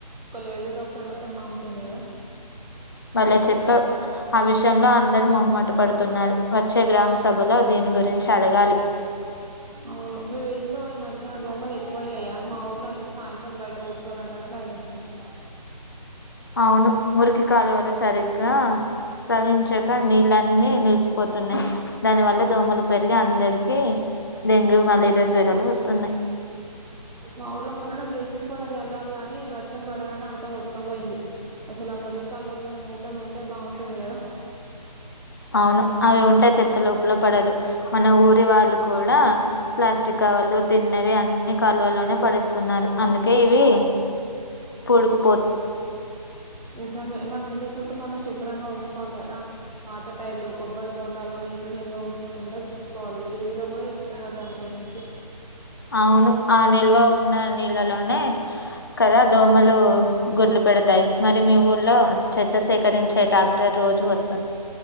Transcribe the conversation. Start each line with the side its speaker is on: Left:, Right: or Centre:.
Right: ఒక లేడీ డాక్టర్ ఉంటే బాగుంటుంది కదా!
Left: భలే చెప్పావ్ ఆ విషయంలో అందరి మొహమాటపడుతున్నారు వచ్చే గ్రామ సభలో దీని గురించి అడగాలి.
Right: అవును మీ వీదిలో ఈ మధ్య దోమలు ఎక్కువయ్యాయా మా ఊర్లో అయితే సాయంత్రం బయట కూర్చోవాలంటేనే భయమేస్తుంది.
Left: అవును మురికి కాలువలు సరిగ్గా ప్రవహించక నీళ్ళన్నీ నిలిచిపోతున్నాయి. దాని వల్ల దోమలు పెరిగి అందరికీ డెంగ్యూ, మలేరియా జ్వరాలు వస్తున్నాయి.
Right: మా ఊర్లో మొన్ననే బ్లీచింగ్ పౌడర్ చల్లారు గానీ వర్షం పడగానే అంతా కోట్ క పోయింది. అసలు మురికి కాలువల మీద మూతలు ఉంటే బాగుంటుంది కదా
Left: అవును అవి ఉంటే చెత్త లోపల పడదు మన ఊరు రి వాళ్ళు కూడా ప్లాస్టిక్ కవలు తిన్నవి అన్ని కాలువలోనే పడేస్తున్నారు అందుకే ఇవి కూడుకు
Right: నిజమే మనింటి తోటి మనుషులు శుభ్రంగా ఉంచుకోవాలి కదా పాత టైర్లు కొబ్బరి బో బోండాలో నీళ్లు నిల్వ ఉంచకుండా చూసుకోవాలి. టీవీలో కూడా చెప్తున్నారు దాని గురించి
Left: అవును ఆ నిల్వ ఉన్న నీ నీళ్లలోనే కదా దోమలు గుడ్లు పెడతాయి. మరి మీ ఊర్లో చెత్త సేకరించే ట్రాక్టర్ రోజు వస్త